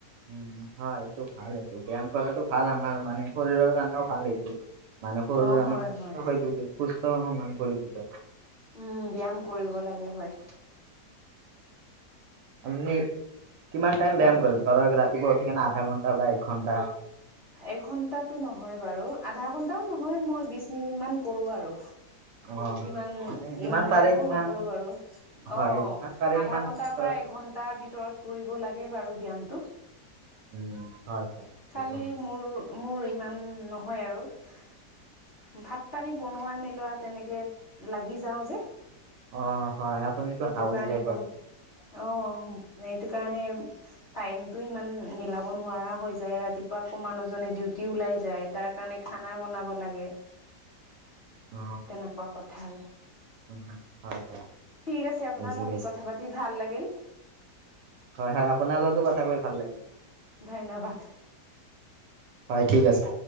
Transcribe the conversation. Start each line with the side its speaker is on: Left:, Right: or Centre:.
Right: উ হয় এইটো ভাল এইটো ব্যায়াম কৰাটো ভাল আমাৰ মানে শৰীৰৰ কাৰণেও ভাল এইটো মানে সৰু
Left: অ', হয়,
Right: আমাৰ সুস্থ
Left: হয়,
Right: হৈ ত সুস্থ মানে কৰি তলে আৰু
Left: উম ব্যায়াম কৰিব লাগে হয়
Right: আপুনি কিমান টাইম
Left: হয়।
Right: ব্যয়াম কৰে ধৰ ৰাতিপুৱা সে আধা ঘণ্টা বা এক ঘণ্টা
Left: এঘন্টাটো নহয় বাৰু আধা ঘন্টাও নহয় মই বিশ মিনিট মান কৰো আৰু
Right: অ
Left: ইমান
Right: মানে যিমান
Left: ইমান
Right: পাৰে
Left: টাইমো
Right: সিমান
Left: নকৰো বাৰু
Right: হয়
Left: অ
Right: যিমান পাৰে সিমান
Left: আধা ঘন্টাৰ
Right: দান কৰাত
Left: পৰা এঘন্টা ভিতৰত কৰিব লাগে বাৰু ব্যয়ামটো
Right: উম হয় হয় সেইটো
Left: খালি
Right: হয়
Left: মোৰ মোৰ ইমান নহয় আৰু ভাত পানী বনোৱা মেলোৱা তেনেকে লাগি যাও যে
Right: অ হয় আপুনিতো
Left: সেইটো
Right: হাউচ
Left: কাৰণে
Right: ৱাইফ
Left: বহুত
Right: হয়।
Left: অ এইটো কাৰণে টাইমতটো ইমান মিলাব নোৱাৰা হৈ যায় ৰাতিপুৱা আকৌ মানুহজনে ডিউটি ওলাই যায় তাৰ কাৰণে খানা বনাব লাগে তেনেকুৱা
Right: অ
Left: কথা আৰু
Right: উম হয় হয়
Left: ঠিক আছে আপোনাৰ
Right: বুজি
Left: লগত
Right: পাইছো।
Left: কথা পাতি ভাল লাগিল
Right: হয় হয় আপোনাৰ লগতো কথা কৈ ভাল লাগিল
Left: ধন্যবাদ।
Right: হয় ঠিক আছে